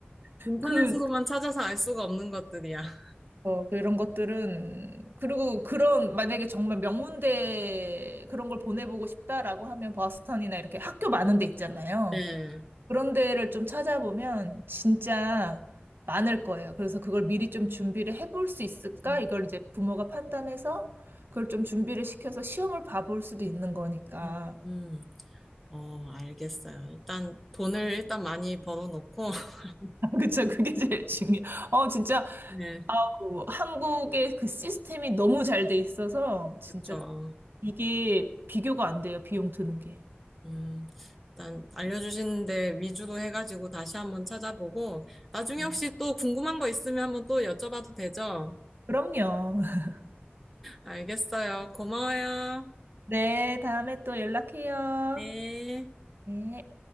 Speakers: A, in the centre; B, on the right.
A: 인터넷으로만
B: 그
A: 찾아서 알 수가 없는 것들이야. <laughs>
B: 어, 그런 것들은, 그리고 그런, 만약에 정말 명문대 그런 걸 보내보고 싶다라고 하면 버스턴이나 이렇게 학교 많은 데 있잖아요.
A: 네.
B: 그런 데를 좀 찾아보면 진짜 많을 거예요. 그래서 그걸 미리 좀 준비를 해볼 수 있을까?
A: 음,
B: 이걸 이제 부모가 판단해서 그걸 좀 준비를 시켜서 시험을 봐볼 수도 있는 거니까.
A: 음, 음. 어, 알겠어요. 일단 돈을 일단 많이 벌어놓고, <laughs>
B: <laughs> 그쵸, 그게 제일 중요. 어, 진짜,
A: 네,
B: 아우, 한국의 그 시스템이 너무 잘 돼 있어서 진짜
A: 그쵸.
B: 이게 비교가 안 돼요, 비용 드는 게.
A: 음, 일단 알려주신 데 위주로 해가지고 다시 한번 찾아보고 나중에
B: 음.
A: 혹시 또 궁금한 거 있으면 한번 또 여쭤봐도 되죠?
B: 그럼요. <laughs>
A: 알겠어요. 고마워요.
B: 네, 다음에 또 연락해요.
A: 네.
B: 네.